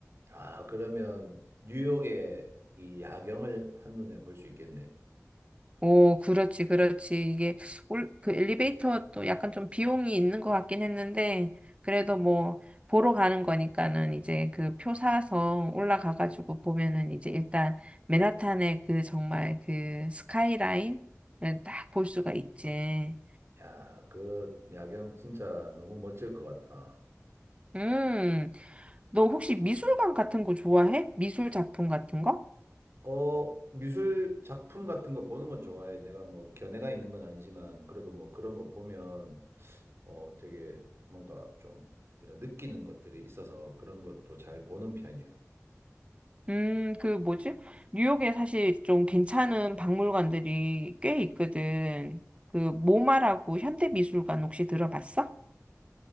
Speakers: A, on the right; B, on the right.
A: 아, 그러면 뉴욕의 이 야경을 한눈에 볼 수 있겠네.
B: 오, 그렇지, 그렇지. 이게 올, 그 엘리베이터도 약간 좀 비용이 있는 것 같긴 했는데, 그래도 뭐, 보러 가는 거니까는 이제 그 표 사서 올라가가지고 보면은 이제 일단 맨하탄의 그 정말 그 스카이라인을 딱 볼 수가 있지.
A: 야, 그 야경 진짜 너무 멋질 것 같다.
B: 음, 너 혹시 미술관 같은 거 좋아해? 미술 작품 같은 거?
A: 어, 미술 작품 같은 거 보는 건 좋아해. 내가 뭐 견해가 있는 건 아니지만, 그래도 뭐 그런 거 보면 어, 되게 뭔가 좀 이런 느끼는 것들이 있어서 그런 것도 잘 보는 편이야.
B: 음, 그 뭐지? 뉴욕에 사실 좀 괜찮은 박물관들이 꽤 있거든. 그 모마라고 현대미술관 혹시 들어봤어?